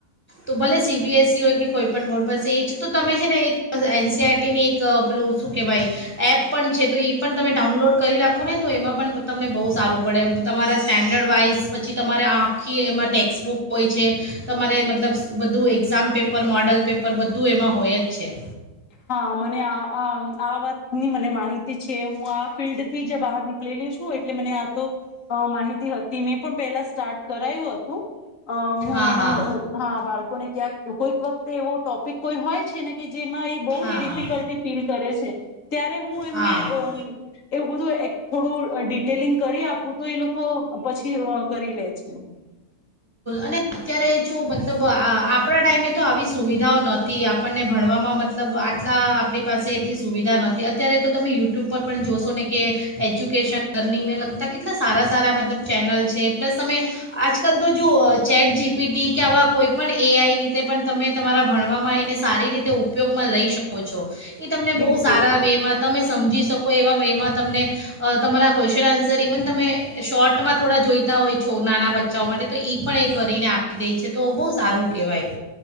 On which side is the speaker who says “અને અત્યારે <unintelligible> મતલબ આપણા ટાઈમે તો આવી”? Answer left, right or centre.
Right